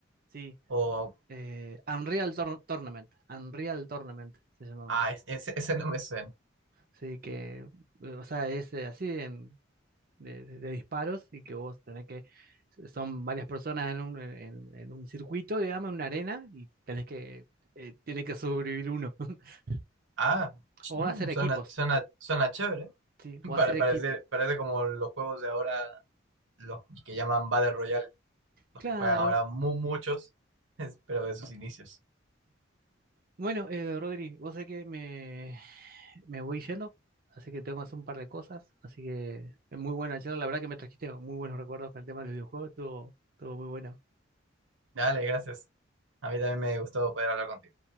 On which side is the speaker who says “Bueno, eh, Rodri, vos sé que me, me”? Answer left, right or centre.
Right